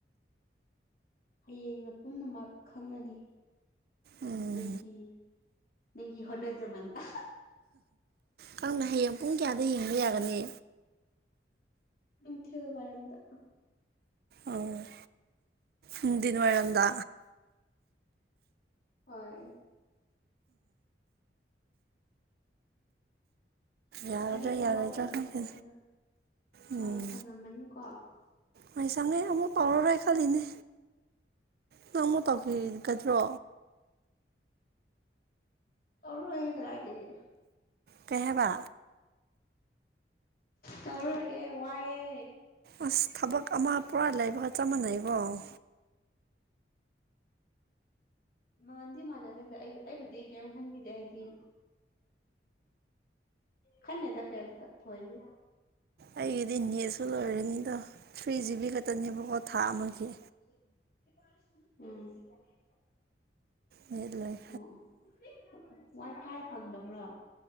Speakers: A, on the left (about 55°); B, on the right (about 55°).
A: ꯍꯌꯦꯡꯅ ꯄꯨꯝꯅꯃꯛ ꯈꯪꯉꯅꯤ
B: ꯎꯝ
A: ꯅꯪꯒꯤ ꯅꯪꯒꯤ ꯍꯣꯅꯖꯃꯟꯗ
B: ꯀꯥꯡꯅ ꯍꯌꯦꯡ ꯄꯨꯡ ꯀꯌꯥꯗ ꯌꯦꯡꯕ ꯌꯥꯒꯅꯤ
A: ꯅꯨꯡꯊꯜ ꯋꯥꯏꯔꯝꯗ
B: ꯑꯩ ꯅꯨꯡꯊꯤꯜ ꯋꯥꯏꯔꯝꯗ
A: ꯍꯣꯏ
B: ꯌꯥꯒꯗ꯭ꯔꯥ
A: ꯐꯔꯦ ꯊꯕꯛ
B: ꯌꯥꯔꯣꯏꯗ꯭ꯔꯥ
A: ꯂꯣꯏ ꯇꯧꯊꯣꯛꯑꯅꯤꯅ
B: ꯈꯪꯗꯦ ꯎꯝ
A: ꯋꯥꯏ ꯁꯪꯉꯝꯃꯅꯤꯀꯣ
B: ꯃꯥꯏ ꯆꯝꯅꯦ ꯑꯃꯨꯛ ꯄꯥꯎꯔꯔ ꯈꯜꯂꯤꯅꯦ ꯅꯪ ꯑꯃꯃꯨꯛ ꯇꯧꯈꯤꯒꯗ꯭ꯔꯣ
A: ꯇꯧꯔꯣꯏꯌꯦ ꯀꯥꯗꯥꯏꯗꯒꯤ
B: ꯀꯩ ꯍꯥꯏꯕ
A: ꯇꯧꯔꯥꯔꫭꯏꯌꯦ ꯋꯥꯏꯋꯦ
B: ꯑꯁ ꯊꯕꯛ ꯑꯃ ꯄꯨꯔꯥ ꯂꯩꯕꯒ ꯆꯞ ꯃꯥꯟꯅꯩꯀꫭ
A: ꯃꯥꯟꯗꯤ ꯃꯥꯟꯅꯗꯦꯗ ꯑꯩ ꯑꯩꯕꯨꯗꯤ ꯀꯩꯝ ꯈꯟꯕꯤꯗꯦ ꯍꯥꯏꯗꯤ ꯈꯟꯅꯦ ꯀꯩꯌꯝꯇꯥ ꯊꯧꯑꫭꯏꯅ
B: ꯑꯩꯒꯤꯗꯤ ꯅꯦꯠꯁꯨ ꯂꯣꯏꯔꯅꯤꯗꯣ ꯊ꯭ꯔꯤ ꯖꯤꯕꯤ ꯈꯛꯇꯅꯦꯕꯀꯣ ꯊꯥ ꯑꯃꯒꯤ
A: ꯎꯝ
B: ꯅꯦꯠ ꯂꯩ
A: ꯑꯣ ꯋꯥꯏ ꯐꯥꯏ ꯐꯪꯗꯕ꯭ꯔꯣ